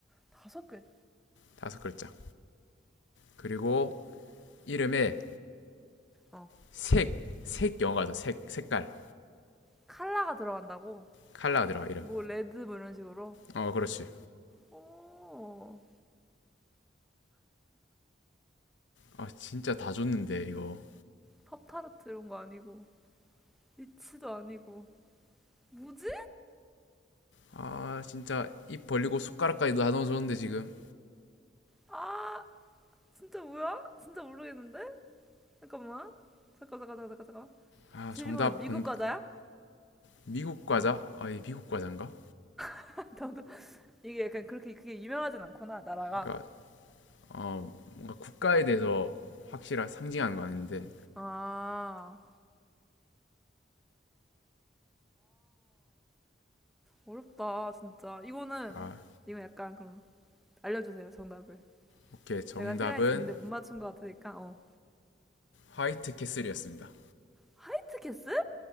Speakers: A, in the centre; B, on the left.
A: 다섯 글,
B: 다섯 글자. 그리고 이름에
A: 어.
B: 색, 색 영어다. 색, 색깔.
A: 칼라가 들어간다고?
B: 칼라 들어가, 이름.
A: 뭐, 레드, 뭐 이런 식으로?
B: 어, 그렇지.
A: 오,
B: 아, 진짜 다 줬는데, 이거.
A: 팝타르트 이런 거 아니고. 위치도 아니고 뭐지?
B: 아, 진짜 입 벌리고 숟가락까지 다 넣어줬는데, 지금.
A: 아 진짜 뭐야? 진짜 모르겠는데? 잠깐만 잠깐 잠깐 잠깐 잠깐 잠깐
B: 아,
A: 질문
B: 정답
A: 미국
B: 공,
A: 과자야?
B: 미국 과자? 아, 이 미국 과자인가?
A: <laughs> 나도 이게 약간 그렇게 그게 유명하진 않구나 나라가
B: 그러니까 어, 뭔가 국가에 대해서 확실한 상징하는 거 아닌데
A: 어 아 아 어렵다 진짜 이거는
B: 아
A: 이건 약간 그럼 알려주세요 정답을
B: 오케이 정답은
A: 내가 시간이 지는데 못 맞춘 것 같으니까 어
B: 화이트 캐슬이었습니다.
A: 화이트 캐슬?